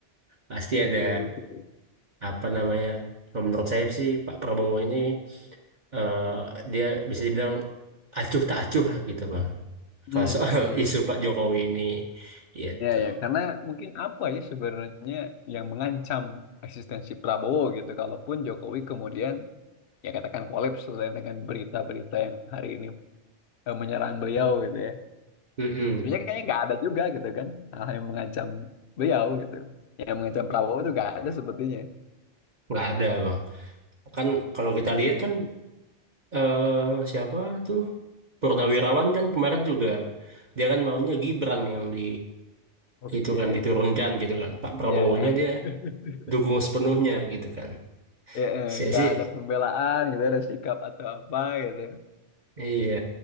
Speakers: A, on the right (about 45°); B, on the left (about 55°).
A: pasti
B: Oke,
A: ada
B: oke.
A: apa namanya kalau menurut saya sih Pak Prabowo ini eh, dia bisa dibilang acuh tak acuh lah gitu bang
B: Hmm,
A: kalau soal
B: hmm,
A: <laughs>
B: hmm.
A: isu Pak Jokowi ini gitu
B: Ya, ya, karena mungkin apa ya sebenarnya yang mengancam eksistensi Prabowo gitu, kalaupun Jokowi kemudian ya katakan kolaps lah dengan berita-berita yang hari ini eh, menyerang beliau gitu ya.
A: Mm-mm.
B: Sebenarnya kayaknya nggak ada juga gitu kan hal yang mengancam beliau gitu, yang mengancam Prabowo itu nggak ada sepertinya.
A: nggak ada bang kan kalau kita
B: Hmm,
A: lihat kan eh, siapa tuh Purnawirawan kan kemarin juga dia kan maunya Gibran yang di
B: oke,
A: itu kan diturunkan gitu kan Pak Prabowonya
B: ya,
A: dia
B: <laughs>
A: dukung sepenuhnya gitu kan
B: Ya, eh,
A: saya
B: nggak
A: sih
B: ada pembelaan gitu, ada sikap atau apa gitu.
A: Iya.